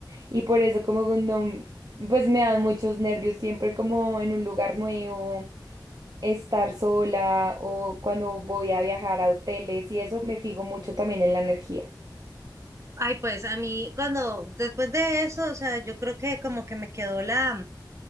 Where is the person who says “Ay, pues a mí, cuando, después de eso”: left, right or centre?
Right